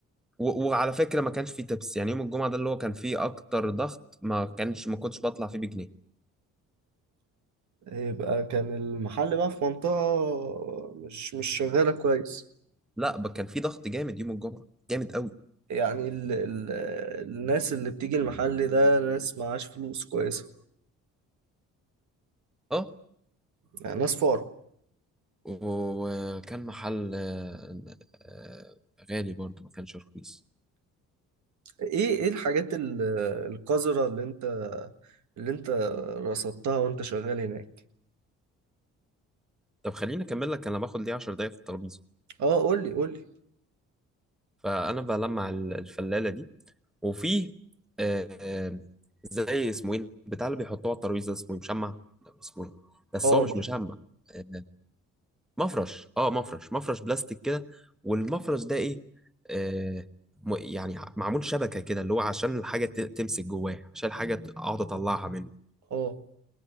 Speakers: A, in the centre; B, on the right (about 70°).
A: و- وعلى فكرة ما كانش فيه تبس يعني يوم الجمعة ده اللي هو كان فيه أكتر ضغط ما كانش ما كنتش بطلع فيه بجنيه
B: يبقى كان المحل بقى في منطقة مش مش شغالة كويس
A: لا ب- كان فيه ضغط جامد يوم الجمعة جامد قوي
B: يعني ال ال الناس اللي بتيجي المحل ده ناس معاش فلوس كويسة
A: اه
B: يعني ناس فقراء
A: وكان محل آه، آه، غالي برضو ما كانش رخيص
B: ايه ايه الحاجات ال- القذرة اللي انت اللي انت رصدتها وانت شغال هناك
A: طب خليني اكمل لك انا باخد ليه 10 دقايق في الترابيزه
B: اه قولي قولي
A: فانا بلمع ال- الفلاله دي وفي آه، آه، زي اسمه ايه بتاع اللي بيحطوه على الترابيزه اسمه ايه مشمع لا، اسمه ايه بس
B: اه
A: هو مش
B: مش-
A: مشمع آه، مفرش اه مفرش مفرش بلاستيك كده والمفرش ده ايه آه م- يعني معمول شبكه كده اللي هو عشان الحاجه ت- تمسك جواه عشان الحاجه ت- اقعد اطلعها منه
B: اه